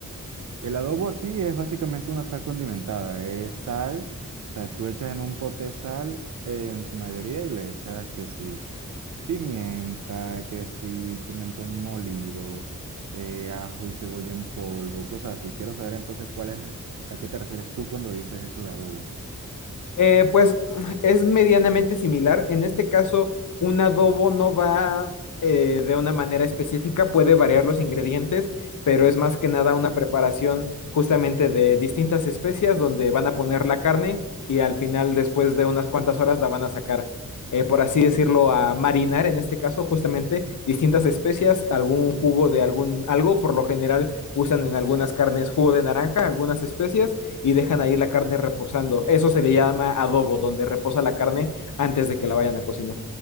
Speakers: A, on the right (about 65°); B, on the left (about 70°).
A: El adobo aquí es básicamente una sal condimentada. Es sal, o sea, tú echas en un pote sal eh, en su mayoría y le echas que sí, pimienta, que sí, pimentón molido, eh, ajo y cebolla en polvo, cosas así. Quiero saber entonces cuál es, el- a qué te refieres tú cuando dices eso de adobo.
B: Eh, pues es medianamente similar. En este caso, un adobo no va eh, de una manera específica, puede variar los ingredientes, pero es más que nada una preparación justamente de distintas especias donde van a poner la carne y al final, después de unas cuantas horas, la van a sacar, eh, por así decirlo, a marinar, en este caso, justamente distintas especias, algún jugo de algún algo, por lo general usan en algunas carnes jugo de naranja, algunas especias y dejan ahí la carne reposando. Eso se le llama adobo, donde reposa la carne antes de que la vayan a cocinar.